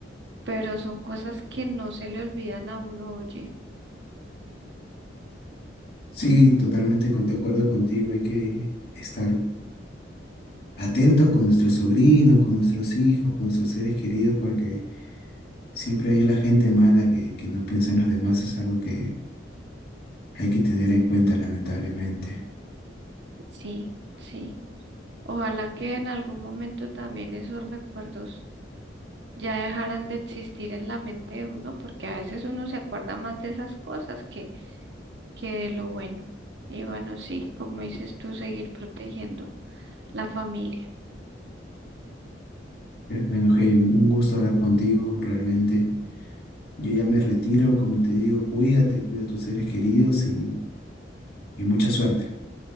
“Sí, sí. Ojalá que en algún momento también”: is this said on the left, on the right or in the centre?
Right